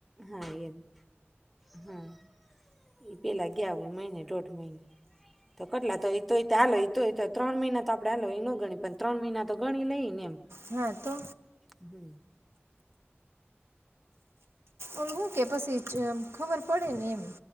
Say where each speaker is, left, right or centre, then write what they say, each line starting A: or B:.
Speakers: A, in the centre; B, on the right.
A: હા એમ હા એ પેલા ગયા હોય મહિને દોઢ મહિને તો કેટલા તો એ તોય તો ચાલય એ ત્રણ મહિના તો આપણેે હાલ એ ન ગણી પણ ત્રણ મહિના તો ગણી લઈ ને એમ
B: હા તો
A: હમ
B: ઓલી હું કે પછી ખબર પડે ને એમ